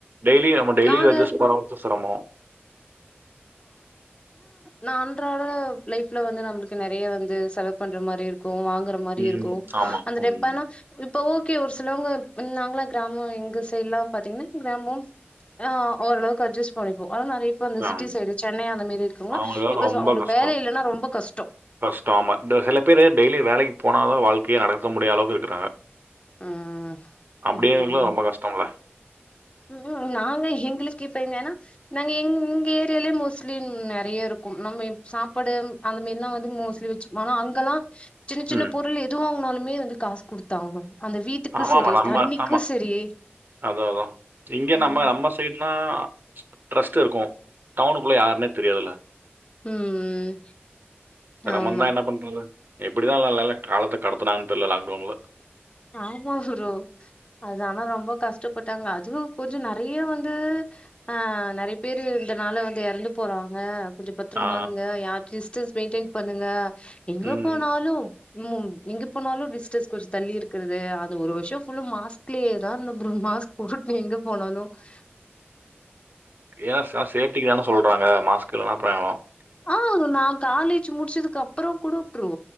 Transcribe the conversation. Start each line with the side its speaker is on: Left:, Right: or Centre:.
Right: டெய்லி நம்ம டெய்லி
Left: நாங்க
Right: அட்ஜஸ்ட் பண்ணணு சிரமம்
Left: நா அன்றாட லைஃப்ல வந்து நம்மளுக்கு நிறைய வந்து செலவு பண்ற மாதிரி இருக்கும் இப்போ வாங்கற மாதிரி
Right: ம்.
Left: இருக்கும்
Right: ஆமா.
Left: அந்த டைனா
Right: ம்.
Left: இப்போ ஓகே ஒரு சிலவங்க நாங்களாம் கிராமம் எங்க சைடலாம் பார்த்தீங்கன்னா கிராமம் ஆ ஓரளவுக்கு அட்ஜஸ்ட் பண்ணிப்போம் ஆ நெறைய பேர் அந்த
Right: ஆம்.
Left: சிட்டி சைடு சென்னை அந்த மாரி இருக்குறவங்க
Right: அவங்களுக்கெல்லாம்
Left: இப்ப
Right: ரொம்ப
Left: ஸ் அவங்களுக்கு
Right: கஷ்டம்.
Left: வேல இல்லன்னா ரொம்ப கஷ்டம்.
Right: கஷ்டம் ஆமா இந்த சில பேரு டெய்லி வேலைக்கு போனாத வாழ்க்கையை நடக்க முடியாத அளவுக்கு விட்டுறாங்க
Left: ம்
Right: அப்டி
Left: ஆமா.
Right: எனக்கெல்லாம் ரொம்ப கஷ்டம் இல்ல
Left: ம் நாங்க எங்களுக்கு இப்பங்க ஏன்னா நாங்க எ இங்க ஏரியாலேயே மோஸ்ட்லி நெறைய இருக்கும் நம்ம சாப்பாடு அந்த மாரி எல்லாம் வந்து மோஸ்ட்லி வச்சுப்போம் ஆனா அங்கல்லாம் சின்ன சின்ன
Right: ம்.
Left: பொருள் எது வாங்கனாலு வந்து காசு கொடுத்தாங்கணும் அந்த வீட்டுக்கும்
Right: ஆமாமா.
Left: செரி
Right: நம்ம
Left: தண்ணீக்கும்
Right: ஆமா.
Left: செரி
Right: அதான், அதான். இங்க
Left: ம்
Right: நம்ம நம்ம சைடு நா ட்ரஸ்ட் இருக்கும் டவுனுக்குள்ள யாருன்னே தெரியாதுல
Left: ம் ம்
Right: சிரமம்
Left: ஆமா
Right: தா என்ன பண்றது எப்டிதான் நல்ல காலத்தை கடத்துனாங்க தெரியல லாக்டவுன்ல
Left: ஆமா குரோ அதானா ரொம்ப கஷ்டம் கஷ்டப்பட்டாங்க அதுவும் கொஞ்சம் நெறைய வந்து ஆஹ நெறைய பேரு இந்தனால வந்து எறந்து போறாங்க கொஞ்சம் பத்திரமா
Right: ஆ.
Left: இருங்க யாலிஸ்ட் ஜஸ்ட் <inaudible> பண்ணலா எங்க
Right: ம்.
Left: போனாலும் உம் எங்க போனாலும் விஸ்டஸ் கொஞ்சம் தள்ளி இருக்கு இருகிறது அது ஒரு வருஷம் மாஸ்லேதான்இருந்தே ப்ரோ மாஸ் போட்டு எங்க போனாலு
Right: யான் சார் செப்டிக் தானே சொல்றாங்க மாஸ்க் இல்லன்ன பயம்வரும்
Left: ஆஹ் நான் காலேஜ் முடிச்சதுக்கு அப்புறம் கூட புரோ